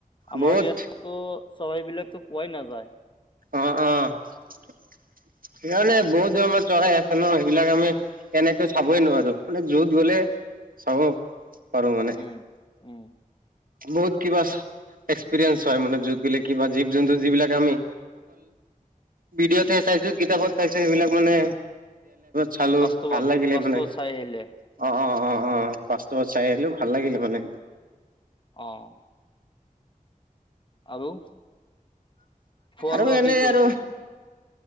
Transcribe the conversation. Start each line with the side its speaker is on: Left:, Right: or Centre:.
Left: আমাৰ
Right: বহুত
Left: ইয়াত ত' চবাই বিলাকতো পোৱাই নাযায়
Right: অ', সেইকাৰানে বহুত দৰ <unintelligible> চলাই আছো ন সেইবিলাক আমি কেনেতো চাবই নোৱাৰো মানে যত গলে চাব পাৰো মানে,
Left: উম, উম,
Right: বহুত কিবা এক্সপিৰিয়েন্ঞ্চ হয় মানে, যুত গাক কিবা জীৱ জন্তু যিবিলাক আমি ভিঅিত সেইবিলাক মানে চালো,
Left: বাস্তৱত
Right: ভাল লাগিলে
Left: বাস্তৱত
Right: মানে
Left: চাই আহিলে।
Right: অ, ' অ', অ', বাচতবাত চাই আহিলো ভাল লাগিলে মানে
Left: অ', আৰু খোৱা
Right: আৰু
Left: লোৱা
Right: এনেই
Left: কি কৰিছে
Right: আৰু